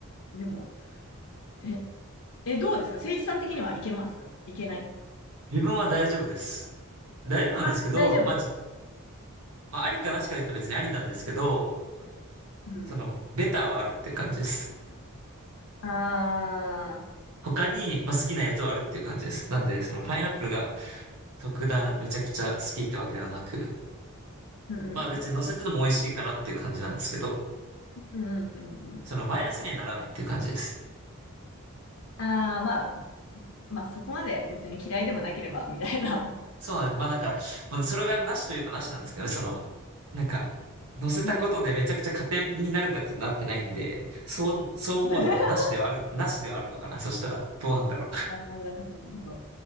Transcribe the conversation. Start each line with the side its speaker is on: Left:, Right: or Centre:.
Left: でも、え、え、どうですか誠治さん的にはいけますいけない
Right: 自分は大丈夫です。大丈夫なんですけど、
Left: あ、大丈夫。
Right: まあ、じまあ、ありかなしか言うと別にありなんですけど、
Left: うん。
Right: その、ベターはあるっていう感じです。
Left: ああ、
Right: 他に、まあ、好きなやつはあるっていう感じです。なんで、その、パイナップルが特段めちゃくちゃ好きってわけではなく、
Left: うん
Right: まあ別に乗せてても美味しいかなっていう感じなんですけど、
Left: うんうんうんうん。うんうんうんうん。
Right: そのマイナスにはならないっていう感じです。
Left: ああ、まあ、まあそこまで別に嫌いでもなければみたいな。
Right: そうなんです。まあなんか、まあ、それがなしといえばなしなんですけどね、その、なんか、乗せたことでめちゃくちゃ加点になるかってなってないんで、
Left: うんうん。
Right: そう、そう思うとなんかなしではある、
Left: <laughs>
Right: なしではあるのかな、そしたら。どうなんだろ
Left: ああ、なるほど。